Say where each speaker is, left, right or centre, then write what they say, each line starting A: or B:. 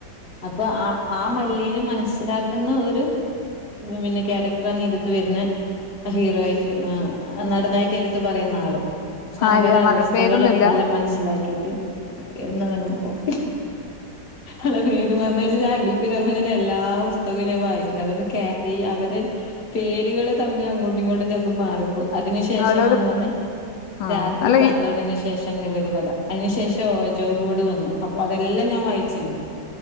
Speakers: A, on the left; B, on the left.
A: അപ്പൊ ആ ആ മല്ലിനീനെ മനസ്സിലാക്കുന്ന ഒരു. പിന്നെ ക്യാരക്ടറ നേടുത്ത് വരുന്ന ഹീറോ ആയിട്ട് നടനായിട്ട്. ത്ത് പറയുന്ന ആള് പക്ഷെ
B: ആര്യ
A: അവര
B: നട
A: അവസ്സ്ഥകളും
B: പേരൊന്നുല്ല
A: എല്ലാം മനസ്സിലാക്കിട്ട്. എണ നല്ല പോടി.
B: <unintelligible>
A: അ പേര്മാറഴച്ച ഞാ അഗിൽ പി ർമ്മന്റെ എല്ലാ പുസ്തകവും ഞാൻ വായിച്ചിടുണ്ട് അതുകൊണ്ട് ഈ അവര്. പേരുകൾ തമ്മിൽ അങ്ങോട്ടും ഇങ്ങോട്ടും ചിലപ്പോം മാറിപ്പോ. അതിനന് ശേഷം
B: ഓരോരോ
A: വന്നതാണ്
B: ആഹ്
A: രാത്രി
B: അല്ല
A: പന്ത്രണ്ടന്
B: ഈ
A: ശേഷം. ശേഷം നല്ലൊരു കഥ അതിനു ശേഷം ജോബോട് വന്നു അപ്പൊ അതെല്ലാം ഞാൻ വായിച്ചന്.